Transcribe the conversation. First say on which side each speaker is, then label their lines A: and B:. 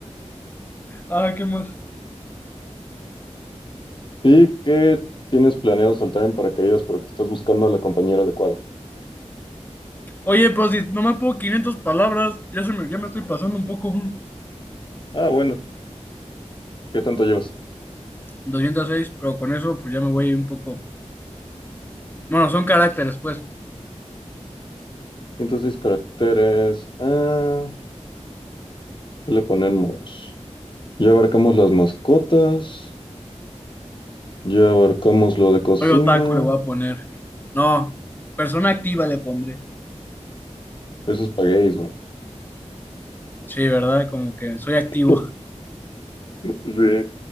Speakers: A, on the left; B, on the left.
A: Ah, ¿qué más?
B: Y que tienes planeado saltar en paracaídas, pero que estás buscando a la compañera adecuada.
A: Oye, pues si nomás puedo 500 palabras. Ya, se me, ya me estoy pasando un poco.
B: Ah, bueno, ¿qué tanto llevas?
A: 206, pero con eso pues ya me voy un poco. Bueno, son caracteres, pues.
B: 106 caracteres. Ah, ¿qué le ponemos? Ya abarcamos las mascotas. Ya abarcamos lo de cocina.
A: Hoy otaku le voy a poner. No, persona activa le pondré.
B: Eso es paguéis, bro.
A: Sí, ¿verdad? Como que soy activo.
B: <laughs>
A: <laughs>
B: Sí,